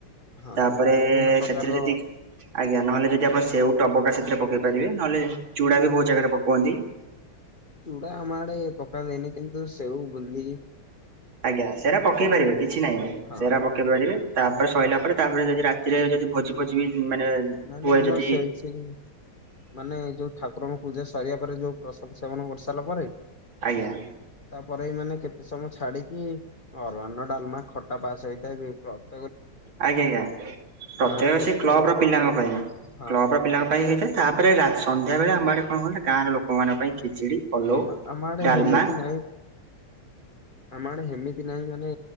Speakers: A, on the left; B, on the right.
A: ହଁ
B: ତାପରେ
A: ବିଭିନ୍ନ ପ୍ରକାରର
B: ସେଥିରେ ଯେତିକ୍
A: ହଁ
B: ଆଜ୍ଞା ନହେଲେ ଯଦି ଆପଣ ସେଉ ଟବକା ସେଥିରେ ପକେଇ ପାରିବେ ନହେଲେ ଚୁଡା ବି ବହୁତ ଜାଗାରେ ପକୋନ୍ତି।
A: ଚୁଡ଼ା ଆମ ଆଡେ ପକାନ୍ତିନି କିନ୍ତୁ ସେଓ, ବୁଂନ୍ଦି
B: ଆଜ୍ଞା ସେରା ପକେଇ ପାରିବେ କିଛି ନାଇଁ
A: ହଁ
B: ସେରା ପକ୍ କେଇ ପାରିବେ ତାପରେ ସଇଲା ପରେ ତାପରେ ଯଦି ରାତିରେ ଯଦି ଭୋଜି ଫୋଜି ବି ମାନେ
A: ମାନେ
B: ହୁଏ
A: ଆମର
B: ଯଦି
A: ସେଟିଂ। ମାନେ ଏ ଯୋଉ ଠାକୁରଙ୍କ ପୂଜା ସରିବା ପରେ ଯୋଉ ପ୍ରସାଦ ସେବନ କରିସାରିଲା ପରେ
B: ଆଜ୍ଞା।
A: ତାପରେ ମାନେ କେତେ ସମୟ ଛାଡିକି ଅରୁଆ ଅର୍ଣ୍ଣ ଡାଲମା ଖଟା ପାସ୍ ହେଇଥାଏ ଏ କ୍ଲବ୍।
B: ଆଜ୍ଞା ଆଜ୍ଞା ପ୍ରତ୍ୟେକ
A: ଗାଁ ର ଯେତେକ
B: ସେ କ୍ଲବ
A: ଲୋକ
B: ର ପିଲାଙ୍କ
A: ଅଛନ୍ତି
B: ପାଇଁ
A: ହଁ
B: କ୍ଲବ ର ପିଲାଙ୍କ
A: ପ୍ରତ୍ୟେକ
B: ପାଇଁ ହେଇଥାଏ ତା ପରେ ରାତ୍ ସନ୍ଧ୍ୟା ବେଳେ ଆମ ଆଡେ କଣ କହିଲୁ ଗାଁ ର ଲୋକମାନଙ୍କ ପାଇଁ ଖିଚିଡି, ପଲଉ,
A: ଆମ ଆମ ଆଡେ
B: ଡାଲମା।
A: ହେମିତି ନାହିଁ
B: <inaudible>
A: ଆମ ଆଡେ ହେମିତି ନାହିଁ ମାନେ